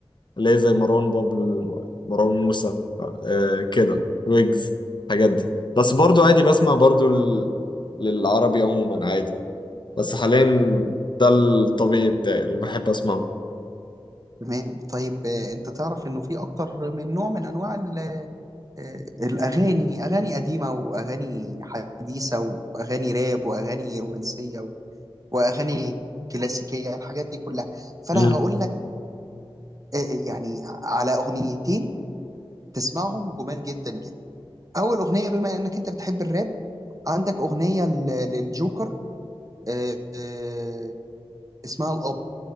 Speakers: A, on the left (about 50°); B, on the right (about 35°).
A: اللي هي زي مروان بابلو مروان موسى آه، كده ويجز الحاجات دي بس برضو عادي بسمع برضو ال- للعربي عموما عادي بس حاليا ده الطبيعي بتاعي اللي بحب اسمعه
B: تمام طيب آه انت تعرف انه في اكتر من نوع من انواع ال- آه الاغاني اغاني قديمه واغاني حديثه واغاني راب واغاني رومانسيه و- واغاني كلاسيكيه الحاجات دي كلها فانا
A: مم.
B: هقول لك آه آه، يعني على اغنيتين تسمعهم جمال جدا جدا اول اغنيه بما انك انت بتحب الراب عندك اغنيه لل- للجوكر آه آه اسمها الاب